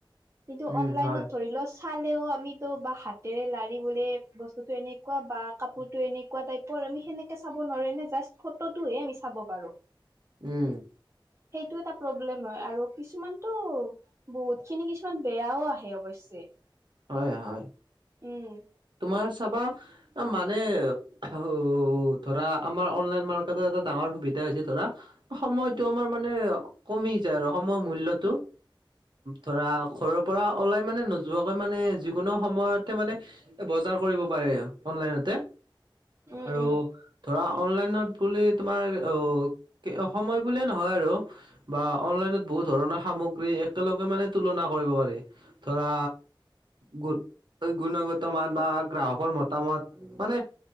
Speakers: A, on the right; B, on the right.
A: কিন্তু
B: উম
A: অনলাইনত
B: হয়
A: ধৰি লোৱা, চালেও আমিতো বা হাত হতেৰে লাৰি বোলে বস্তুতটো এনেকুৱা বা কাপোৰতো এনেকুৱা টাইপৰ আমি সেনেকে চাব নোৱাৰোঁ‌, এনে জাষ্ট ফটোটোহে আমি চাব পাৰোঁ‌।
B: উম।
A: সেইটো এটা প্ৰব্লেম হয়, আৰু কিছুমানটো বহুত খিনি কিছুমান বেয়াও আহে অৱশ্যে।
B: হয় হয়,
A: উম
B: তোমাৰ চাবা মানে অ' ধৰা আমাৰ অনলাইন মাৰ্কেটৰ এটা ডাঙৰ সুবিধা হৈছে ধৰা সময়টো আমাৰ মানে কমি যায় আৰু সময়ৰ মূল্যটো ধৰা ঘৰৰ পৰা ওলাই মানে নোযোৱা গৈ মানে যিকোনো সময়তে মানে বজাৰ কৰিব পাৰে অনলাইনতে।
A: উম
B: আৰু
A: উম
B: ধৰা অনলাইনত বুলি তোমাৰ অ' সময় বুলিয়ে নহয় আৰু। বা অনলাইনত বহুত ধৰণৰ সামগ্ৰী একেলগে মানে তুলনা কৰিব পাৰি ধৰা গু-গুণগত মান বা গ্ৰাহকৰ মতামত মানে